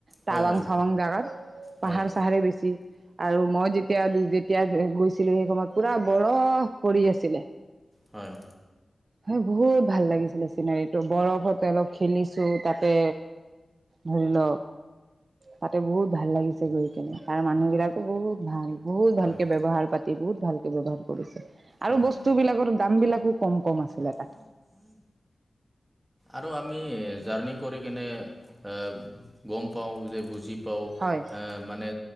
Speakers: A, on the right; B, on the right.
A: টাৱাং
B: হয় হয়
A: চাৱাং জাগাত পাহাৰ
B: হয়
A: চাহাৰ বেছি আৰু মই যেতিয়া -যেতিয়া গৈছিলো সেই সময়ত পুৰা বৰফ পৰি আছিলে
B: হয়
A: হয় বহুত ভাল লাগিছিলে চিনাৰীটো বৰফতে অলপ খেলিছো তাতে ধৰি ল তাতে বহুত ভাল লাগিছে গৈ কিনে আৰু মানুহ বিলাকো বহুত ভাল। বহুত ভালকে
B: হয়
A: ব্যৱহাৰ পাতি বহুত ভালকে ব্যৱহাৰ কৰিছে আৰু
B: হয়
A: বস্তু বিলাকত দাম বিলাকো কম- কম আছিলে তাত
B: আৰু আমি জাৰ্ণি কৰি কেনে এ গম পাওঁ যে বুজি পাও
A: হয়
B: এ মানে